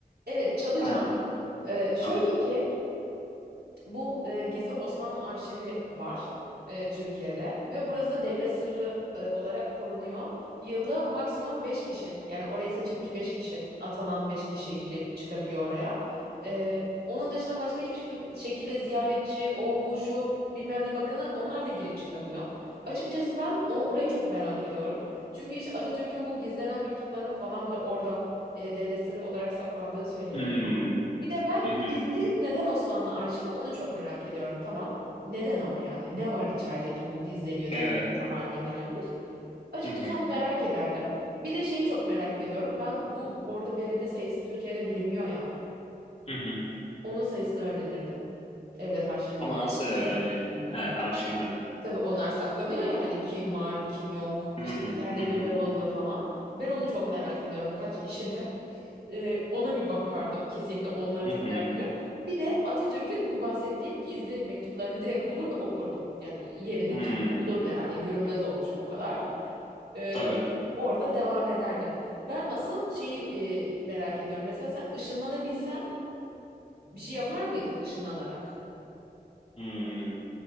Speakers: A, on the right; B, on the left.
A: Evet çalacağım.
B: Aynen.
A: E, şöyle
B: Tamam.
A: ki Bu e, Gizli Osmanlı Arşivi var e, Türkiye'de ve burası da devlet sırrı e, olarak korunuyor. Yılda maksimum beş kişi yani oraya seçilmiş beş kişi atanan 5 kişi girip çıkabiliyor oraya. E, onun dışında başka hiçbir şekil- şekilde ziyaretçi, o bu şu bilmem ne bakanı onlar da girip çıkamıyor. Açıkçası ben onu, orayı çok merak ediyorum. Çünkü işte Atatürk'ün bu gizlenen mektuplarının falan bile orada e, devlet sırrı olarak saklandığı söyleniyor.
B: Hmm.
A: Bir de ben
B: Hı hı.
A: gizli neden Osmanlı arşivi onu çok merak ediyorum. Tamam. Neden ama yani? Ne var içerideki bu gizleniyor
B: Evet.
A: devlet haline gelmiş? Açıkçası
B: Hı hı.
A: onu merak ederdim. Bir de şeyi çok merak ediyorum. Ben bu bordo bereli sayısı Türkiye'de bilinmiyor ya.
B: Hı hı.
A: Onun sayısını öğrenirdim. Devlet arşivinden.
B: Ama nasıl öğrenecektin? He, arşivden.
A: Tabii onlar saklanıyor ya hani kim var, kim yok,
B: Hı
A: işte
B: hı.
A: nerede
B: Hı
A: görev
B: hı.
A: alıyor falan. Ben onu çok merak ediyorum. Kaç kişiler? Ee, ona bir bakardım. Kesinlikle onları
B: Hı
A: çok
B: hı.
A: merak ediyorum. Bir de Atatürk'ün bu bahsettiğim gizli mektuplarını direkt bulur ve okurdum. Yani yerini
B: Hıı.
A: bir şekilde bulurdum herhalde. Görünmez olmuşum o kadar. Ee,
B: Tabii.
A: orada devam ederdim. Ben asıl şeyi e, merak ediyorum. Mesela sen ışınlanabilsen bir şey yapar mıydın ışınlanarak?
B: Hıı.